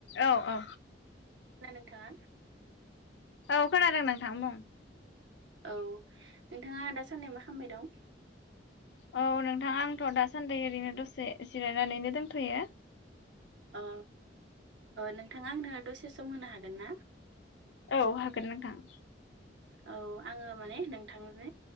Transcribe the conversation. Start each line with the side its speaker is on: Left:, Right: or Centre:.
Left: औ औ
Right: ना नोंथाङा
Left: औ खोनादों नोंथां बुं।
Right: औ नोंथाङा दासानदि मा खालामबाय दं।
Left: औ नोंथां आंथ दासान्दि ओरैनो दसे जिरायनानैनो दोनथ'यो।
Right: औ नोंथाङा आंनो दसे सम होनो हागोन ना?
Left: औ हागोन नोंथां।
Right: औ आंङो माने नोंथांनो